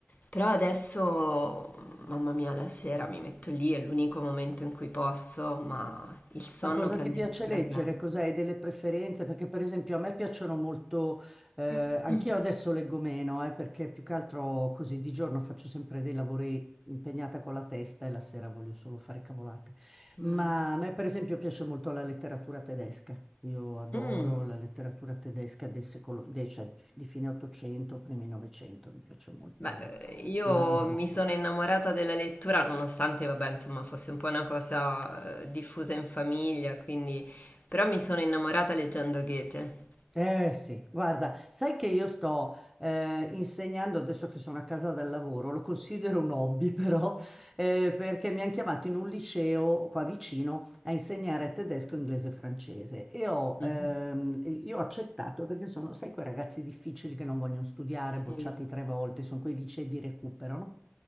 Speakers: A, on the left; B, in the centre.
A: Però adesso, mamma mia, la sera mi metto lì, è l'unico momento in cui posso, ma il sonno
B: Ma cosa
A: prende
B: ti piace
A: il sopravvento.
B: leggere? Cos'hai delle preferenze? Perché per esempio a me piacciono molto, eh, anch'io
A: <clears throat>
B: adesso leggo meno, eh, perché più che altro così di giorno faccio sempre dei lavori impegnata con la testa e la sera voglio solo fare cavolate.
A: Eh.
B: Ma a me per esempio piace molto la letteratura tedesca. Io adoro
A: Mm.
B: la letteratura tedesca del secolo, de- cioè di fine 800, primi 900, mi piace molto
A: Beh, eh, io
B: Mann, Hesse.
A: mi sono innamorata della lettura, nonostante, vabbè, insomma, fosse un po' una cosa eh, diffusa in famiglia, quindi... Però mi sono innamorata leggendo Goethe.
B: Eh sì, guarda, sai che io sto eh, insegnando adesso che sono a casa dal lavoro, lo considero un hobby <laughs> però, eh, perché mi hanno chiamato in un liceo qua vicino a insegnare tedesco, inglese e francese e ho,
A: <laughs>
B: ehm, io ho accettato perché sono, sai, quei ragazzi difficili che non vogliono studiare,
A: Sì.
B: bocciati tre volte, sono quei licei di recupero, no?